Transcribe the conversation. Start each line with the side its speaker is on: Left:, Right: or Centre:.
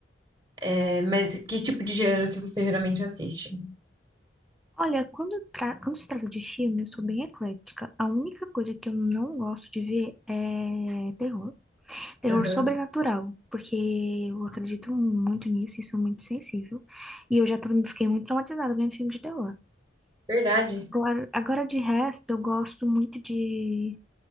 Right: É, mas que tipo de gênero que você geralmente assiste?
Centre: Olha, quando, tra- quando se trata de filme, eu sou bem eclética. A única coisa que eu não gosto de ver é terror. Terror
Right: Aham.
Centre: sobrenatural, porque eu acredito muito nisso e sou muito sensível. E eu já tra- fiquei muito traumatizada vendo filme de terror.
Right: Verdade.
Centre: Agora, agora de resto, eu gosto muito de,